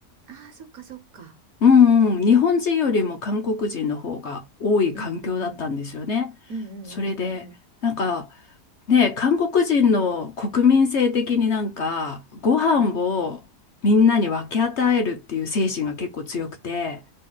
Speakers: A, on the right (about 60°); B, on the left (about 50°).
A: ああそっかそっか、
B: うんうん、日本人よりも韓国人の方が多い環境だったんですよね。
A: うんうんうんうんうんうんうん、
B: それで、なんかね、韓国人の国民性的になんかご飯をみんなに分け与えるっていう精神が結構強くて、
A: うん、